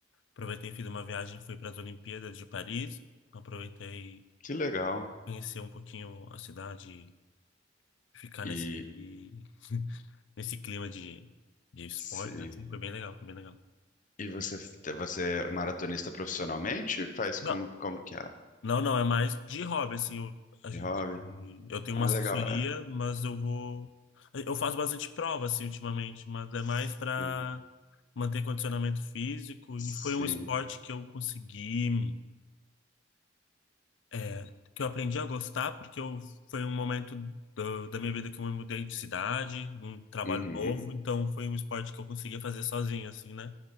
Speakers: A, on the left; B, on the left.
A: aproveitei, fiz uma viagem, fui para as Olimpíadas de Paris. Então, aproveitei
B: Que legal.
A: conhecer um pouquinho a cidade, ficar
B: E
A: nesse, <laughs> nesse clima de, de esportes,
B: sim.
A: assim. Foi bem legal, foi bem legal.
B: E você, você é maratonista profissionalmente? Faz
A: Não,
B: como, como que é?
A: não, não, é mais de hobby, assim. Eu, a gente,
B: De hobby?
A: eu tenho
B: Ah,
A: uma assessoria,
B: legal. É,
A: mas eu vou... Eu faço bastante prova, assim, ultimamente, mas
B: Sim,
A: é mais para manter condicionamento físico
B: sim.
A: e foi um esporte que eu consegui, é, que eu aprendi a gostar porque eu, foi um momento do- da minha vida que eu me mudei de cidade, um trabalho
B: Uhum,
A: novo, então foi um esporte que eu conseguia fazer sozinho, assim, né?